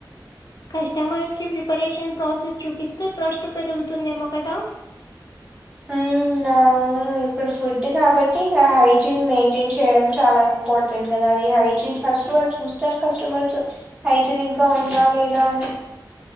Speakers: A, on the left; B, on the right.
A: కస్టమర్స్కి ప్రిపరేషన్ ప్రాసెస్ చూపిస్తే ట్రస్ట్ పెరుగుతుందేమో కదా
B: ఉమ్ అవును ఇప్పుడు ఫుడ్ కాబట్టి ఇంకా హైజీన్ మెయిన్ టిన్ చేయడం చాలా ఇంపార్టెట్ ను కదా అది హైజిన్ ఫస్ట్ వాల్ చూస్తారు కస్టమర్స్ హైజనిక్ గా ఉందా లేదా అని